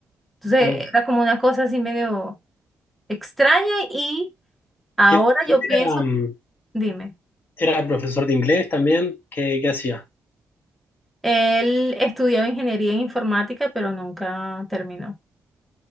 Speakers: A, in the centre; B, on the left.
A: Entonces
B: mm.
A: era como una cosa así medio extraña y ahora
B: ¿Y él, y
A: yo
B: él
A: pienso,
B: era, mm,
A: dime,
B: Era profesor de inglés también. ¿Qué, qué hacía?
A: él estudiaba ingeniería en informática pero nunca terminó.